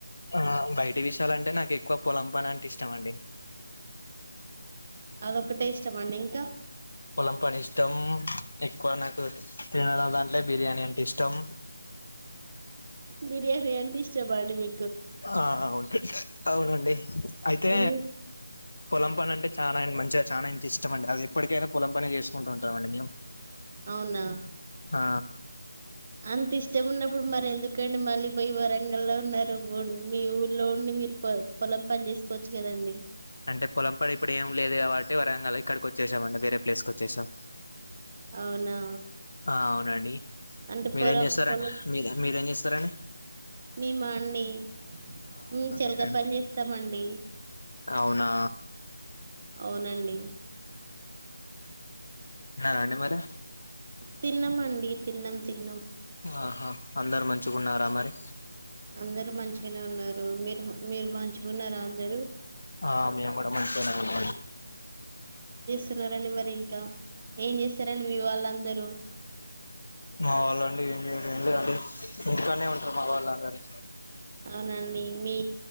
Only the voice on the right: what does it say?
అదొక్కటే ఇష్టమఅండి ఇంకా
బిర్యాని అంటే ఇష్టమా అండి మీ
మీ
అవునా!
అంత ఇష్టం ఉన్నప్పుడు మరి ఎందుకండి మళ్ళీ పోయి వరంగల్ లో ఉన్నారు మీ ఊళ్లో ఉండి మీర్ పొ పొలం పని చేసుకోవచ్చు కదండి
అవునా!
అంటే
పొరం
పొలం
మేమా అండి
మేం చేలక
పని చేస్తామండీ
అవునండి
తిన్నమండి తిన్నం తిన్నం
అందరు మంచిగానే ఉన్నారు మీరు మీరు మంచిగా ఉన్నార అందరు
ఏం చేస్తున్నారండి మరి ఇంకా ఏం చేస్తారండి మీ వాళ్ళందరూ
అవునండి మీ